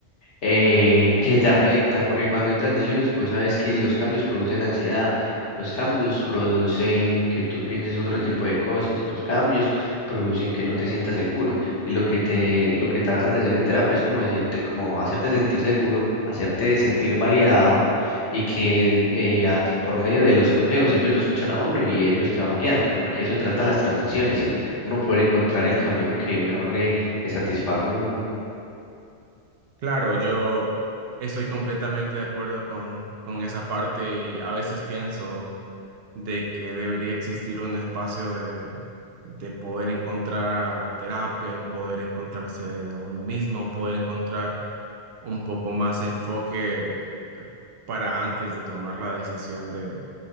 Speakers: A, on the left (about 80°); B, on the right (about 65°).
A: eh, que te afecta, porque cuando hay transiciones, pues sabes que los cambios producen ansiedad, los cambios producen que tú pienses otro tipo de cosas, los cambios producen que no te sientas seguro, y lo que te, lo que tratan de hacer en terapia es como decirte, como hacerte sentir seguro, hacerte sentir validado, y que eh, a t- por medio de los consejos ellos lo escuchan a uno y ellos te van guiando, porque eso trata las transiciones, ¿sí? Uno poder encontrar el camino que mejor le, le satisfaga a uno.
B: Claro, yo estoy completamente de acuerdo con, con esa parte y a veces pienso de que debería existir un espacio de, de poder encontrar terapia, en poder encontrarse a uno mismo, poder encontrar un poco más enfoque para antes de tomar la decisión de,